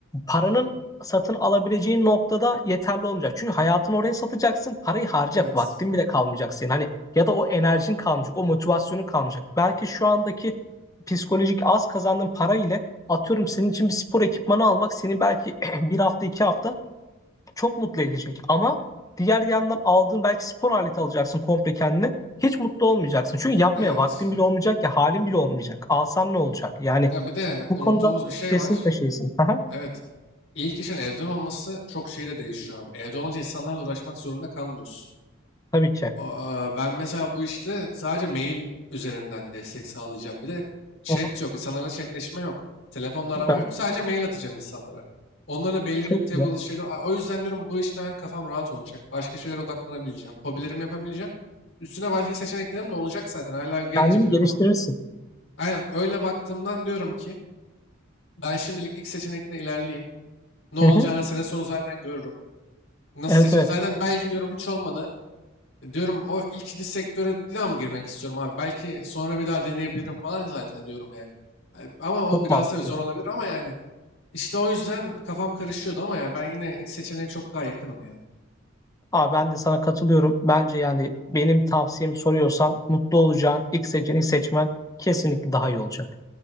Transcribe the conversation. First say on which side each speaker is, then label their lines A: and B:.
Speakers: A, on the left; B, on the left.
A: paranın satın alabileceğin noktada yeterli olmayacak çünkü hayatını oraya satacaksın parayı harcayacak
B: Evet.
A: vaktin bile kalmayacak senin hani ya da o enerjin kalmayacak o motivasyonun kalmayacak belki şu andaki psikolojik az kazandığın para ile atıyorum senin için bir spor ekipmanı almak seni belki <clears throat> bir hafta iki hafta çok mutlu edecek. Ama diğer yandan aldığın belki spor aleti alacaksın komple kendine. Hiç mutlu olmayacaksın. Çünkü yapmaya
B: Evet.
A: vaktin bile olmayacak ya halin bile olmayacak. Alsan ne olacak? Yani
B: Ha, bir de
A: bu
B: unuttuğumuz
A: konuda
B: bir şey
A: kesinlikle
B: var.
A: şeysin. Aha,
B: Evet. İlk işin evden olması çok şey de değişiyor abi. Evde olunca insanlarla uğraşmak zorunda kalmıyorsun.
A: tabii ki.
B: Aa, Ben mesela bu işte sadece mail üzerinden destek sağlayacağım. Bir de chat
A: Hı hı,
B: yok. İnsanlarla chatleşme yok. Telefonla arama
A: Süper.
B: yok. Sadece mail atacağım insanlara. Onlara belli
A: Çok
B: büyük table
A: güzel.
B: şeyler. Aa, O yüzden diyorum bu işte ben kafam rahat olacak. Başka şeylere odaklanabileceğim. Hobilerimi yapabileceğim. Üstüne başka seçeneklerim de olacak zaten. Hala gencim
A: Kendini
B: diyorum.
A: geliştirirsin.
B: Aynen öyle baktığımdan diyorum ki ben şimdilik ilk seçenekle ilerleyeyim. Ne olacağını
A: Hı hı.
B: sene sonu zaten görürüm. Nasıl
A: Evet
B: seçen?
A: evet.
B: Zaten belki diyorum hiç olmadı. Diyorum o ikinci sektöre bir daha mı girmek istiyorum abi? Belki sonra bir daha deneyebilirim falan zaten diyorum yani. Yani Ama o
A: Çok
B: biraz
A: mantıklı.
B: tabii zor olabilir ama yani işte o yüzden kafam karışıyordu ama yani ben yine ilk seçeneğe çok daha yakınım ya.
A: Abi ben de sana katılıyorum. Bence yani benim tavsiyemi soruyorsan mutlu olacağın ilk seçeneği seçmen kesinlikle daha iyi olacak.